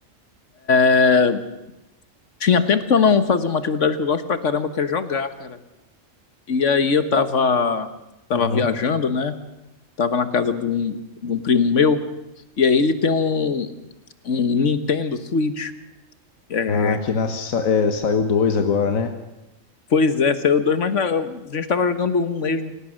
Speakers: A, on the left (about 65°); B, on the left (about 85°).
A: é, Tinha tempo que eu não fazia uma atividade que eu gosto pra caramba, que é jogar, cara. E aí eu tava. Tava
B: Uhum.
A: viajando, né? Tava na casa de um, de um primo meu. E aí ele tem um, um Nintendo Switch. É,
B: Ah, aqui na, sa- é, saiu dois agora, né?
A: Pois é, saiu dois, mas na- a gente tava jogando um mesmo.